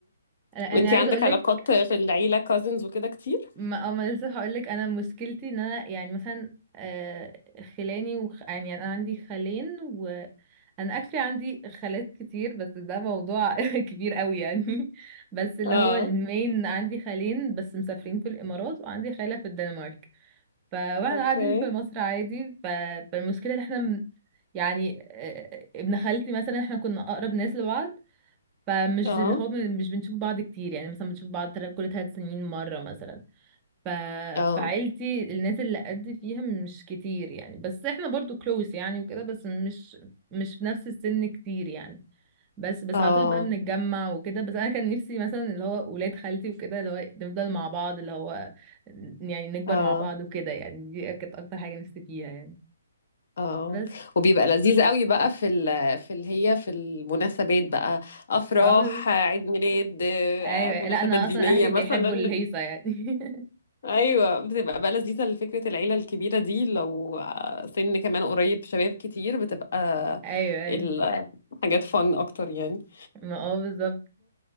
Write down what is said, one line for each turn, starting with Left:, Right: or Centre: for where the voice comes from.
Right: انا
Left: وانتي
Right: أنا عايزة
Left: عندك
Right: اقولك
Left: علاقات في العيلة كازنز وكده كتير
Right: ما اه ما لسه هقولك انا مشكلتي ان انا يعني مثلا آه خلاني وخ... يعني انا عندي خالين وانا اكشلي عندي خالات كتير بس ده موضوع <laughs> كبير قوي يعني بس اللي
Left: اه
Right: هو المين عندي خالين بس مسافرين في الامارات وعندي خالة في الدنمارك ف واحنا
Left: اوكي
Right: قاعدين في مصر عادي ف... فالمشكلة ان احنا م- يعني آه، ابن خالتي مثلا احنا كنا اقرب ناس لبعض فمش
Left: اه
Right: اللي هو بن- مش بنشوف بعض كتير يعني مثلا بنشوف بعض تل- كل ثلاث سنين مرة مثلا ف...
Left: اه
Right: فعيلتي الناس اللي قد فيها مش كتير يعني بس احنا برضو كلوس يعني وكده بس مش مش في نفس السن كتير يعني بس بس
Left: اه
Right: على طول بقى بنتجمع وكده بس انا كان نفسي مثلا اللي هو ولاد خالتي وكده اللي هو نفضل مع بعض اللي هو يعني نكبر
Left: اه
Right: مع بعض وكده يعني دي كانت اكتر حاجة نفسي فيها يعني
Left: اه
Right: بس
Left: وبيبقى لذيذ قوي بقى في ال في ال هي في المناسبات بقى افراح
Right: اه بس-
Left: عيد ميلاد آه،
Right: ايوه
Left: مناسبات
Right: لا انا
Left: دينية
Right: اصلا اهلي
Left: مثلا
Right: بيحبوا الهيصة يعني <laughs>
Left: ايوه بتبقى بقى لذيذة لفكرة العيلة الكبيرة دي لو آه، سن كمان قريب شباب كتير بتبقى
Right: ايوه ايوه
Left: الحاجات فن اكتر يعني
Right: ما اه بالظبط